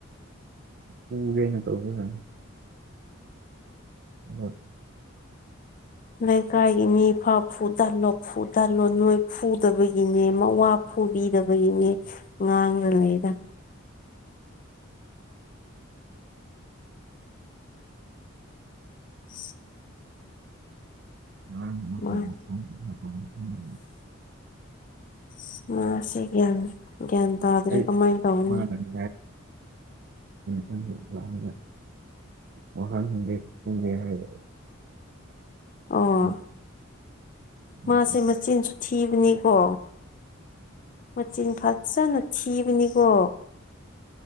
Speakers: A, on the right (about 55°); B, on the left (about 40°).
A: ꯄꯨꯒꯦꯅ ꯇꯧꯕꯖꯅꯤ ꯑꯥ
B: ꯂꯩ ꯀꯥꯏꯒꯤ ꯃꯤ ꯐꯥꯎ ꯐꯨ ꯇꯜꯂꯣ ꯐꯨ ꯇꯜꯂꯣꯏ ꯅꯣꯏ ꯐꯨꯗꯕꯒꯤꯅꯦ ꯃꯋꯥ ꯐꯨꯕꯤꯗꯕꯒꯤꯅꯦ ꯉꯥꯡ ꯉꯥꯡꯉ ꯂꯩꯗ <inaudible>
A: ꯉꯥꯔꯥꯡ ꯃꯄꯥꯟ
B: ꯃꯥ
A: ꯃꯄꯥꯟ ꯐꯝ ꯂꯩ
B: <inaudible> ꯃꯥꯁ ꯒ꯭ꯌꯥꯟ ꯒ꯭ꯌꯥꯟ ꯇꯥꯗ꯭ꯔꯔꯤ
A: ꯑꯩ
B: ꯀꯃꯥꯏꯅ ꯇꯧꯅꯤ
A: ꯃꯥꯅꯗꯤ ꯅꯪ ꯋꯥꯍꯪ ꯍꯪꯒꯦ ꯈꯨꯝꯒꯦ ꯍꯥꯏꯔꯦ
B: ꯑꯣ
A: ꯑꯩꯈꯣꯏ ꯎꯝ
B: ꯃꯥꯁꯦ ꯃꯆꯤꯟꯁꯨ ꯊꯤꯕꯅꯤꯀꯣ ꯃꯆꯤꯟ ꯐꯖꯅ ꯊꯤꯕꯅꯤꯀꯣ